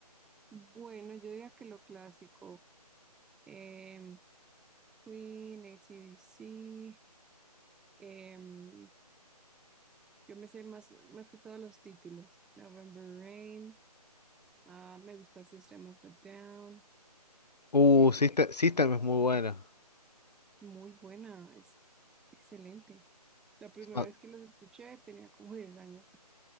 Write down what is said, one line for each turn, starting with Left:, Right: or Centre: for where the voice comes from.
Centre: Bueno, yo diría que lo clásico, em, Queen, AC/DC, em, yo me sé más, más que todos los títulos, November Rain, ah, me gusta System of a Down,
Left: Uh,
Centre: me gusta...
Left: System, System es muy bueno.
Centre: Muy buena, es excelente. La primera
Left: Ah,
Centre: vez que los escuché tenía como <laughs> 10 años